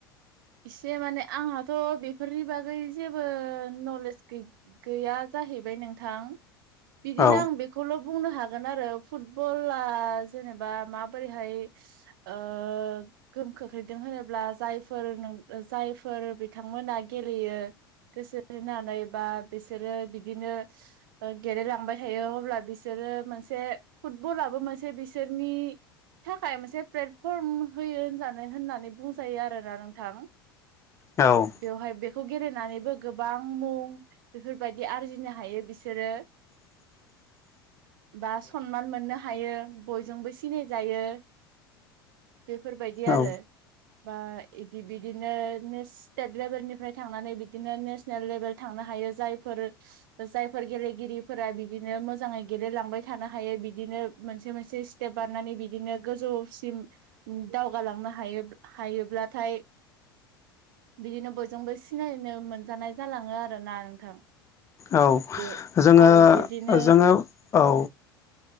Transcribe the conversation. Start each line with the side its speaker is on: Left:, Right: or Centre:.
Right: इसे माने आंहाथ' बेफोरनि बागै जेबो नलेज गैया जाहैबाय नोंथां बिदिनो
Left: औ
Right: आं बे खौल' बुंनो हागोन आरो फुटबला जेनेबा माबोरैहाय ओ गोहोम खोख्लैदों होनोब्ला जायफोर नों जायफोर बिथांमोना गेलेयो गोसो होनानै बा बिसोरो बिदिनो ओ गेलेलांबाय थायो अब्ला बिसोरो मोनसे फुटबलाबो मोनसे बिसोरनि थाखाय मोनसे प्लेटफर्म होयो होनजानो होननानै बुंजायो आरोना नों थां
Left: औ
Right: बेवहाय बेखौ गेलेनानैबो गोबां मुं बेफोरबायदि आरजिनो हायो बिसोरो।
Left: <inaudible>
Right: बा सनमान मोननो हायो बयजोंबो सिनायजायो। बेफोरबायदि आरो
Left: औ
Right: बा इदि बिदिनो स्टेट लेभेलनिफ्राय थांनानै बिदिनो नेसनेल लेभेल थांनो हायो जायफोर जायफोर गेलेगिरिफोरा बिदिनो मोजाङै गेलेलांबाय थानो हायो बिदिनो मोनसे मोनसे स्टेप बारनानै बिदिनो गोजौसिम दावगालांनो हायो हायोब्ला नाथाय बिदिनो बयजोंबो सिनायनो मोनजानाय जालाङो आरो ना नोंथां।
Left: औ
Right: बे
Left: जोङो
Right: औ बिदिनो
Left: जोङो औ